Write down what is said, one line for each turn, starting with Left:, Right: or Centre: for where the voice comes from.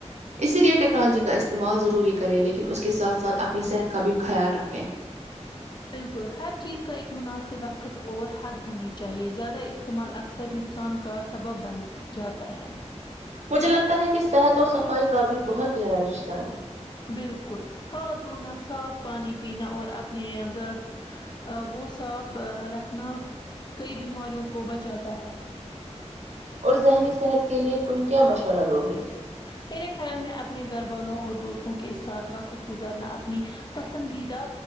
Right: اسی لیے ٹیکنالوجی کا استعمال ضروری کریں لیکن اس کے ساتھ ساتھ اپنی صحت کا بھی خیال رکھیں
Left: بالکل ہر چیز کا ایک مناسب وقت اور حد ہونی چاہیے زیادہ استعمال اکثر نقصان کا سبب بن جاتا ہے
Right: مجھے لگتا ہے کی صحت اور صفائی کا بھی بہت گہرا رشتہ ہے
Left: بالکل ہاتھ دھونا صاف پانی پینا اور اپنے گھر آ وہ صاف رکھنا کئی بیماریوں کو بچاتا ہے
Right: اور ذہنی صحت کے لیے تم کیا مشورہ دو گی
Left: میرے خیال میں اپنے گھر والوں اور دوستوں کے ساتھ وقت گزارنا اپنی پسندیدہ